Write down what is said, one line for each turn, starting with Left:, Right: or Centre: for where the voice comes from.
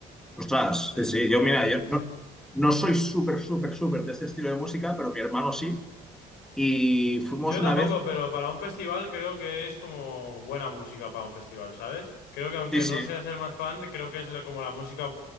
Centre: Ostras,
Left: De
Centre: sí,
Left: ese
Centre: sí,
Left: tipo
Centre: yo
Left: de
Centre: mira,
Left: artistas.
Centre: yo no, no soy súper, súper, súper de este estilo de música, pero mi hermano sí. Y fuimos
Left: Yo tampoco,
Centre: una vez,
Left: pero para un festival creo que es como buena música para un festival, ¿sabes? Creo que aunque
Centre: sí, sí,
Left: no seas el más fan, creo que es la- como la música